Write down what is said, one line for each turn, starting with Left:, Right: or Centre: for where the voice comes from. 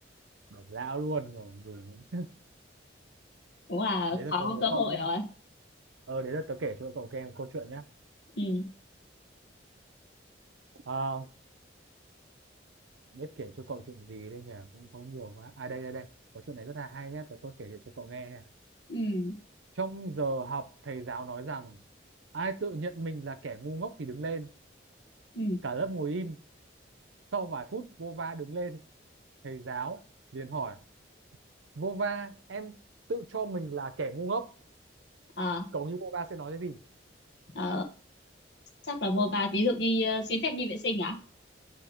Right: bỏ dao luôn rồi còn gì nữa.
Left: <laughs> cũng
Right: <laughs>
Left: là
Right: Đấy
Left: khó
Right: là tớ
Left: có
Right: đố
Left: cơ hội
Right: cậu nhé.
Left: rồi
Right: Ờ, đấy là tớ kể cho cậu nghe một câu chuyện nhé.
Left: ừ
Right: Ờ, biết kể cho cậu chuyện gì đây nhỉ? Cũng có nhiều quá. À đây đây đây. Có chuyện này rất là hay nhé. Tớ có kể cho cậu nghe nhé.
Left: ừ
Right: Trong giờ học, thầy giáo nói rằng ai tự nhận mình là kẻ ngu ngốc thì đứng lên.
Left: ừ
Right: Cả lớp ngồi im. Sau vài phút vô va đứng lên, thầy giáo liền hỏi Vova em tự cho mình là kẻ ngu ngốc
Left: ờ
Right: cậu nghĩ Vova sẽ nói cái gì
Left: ờ, chắc là vô va ví dụ đi ờ, xin phép đi vệ sinh à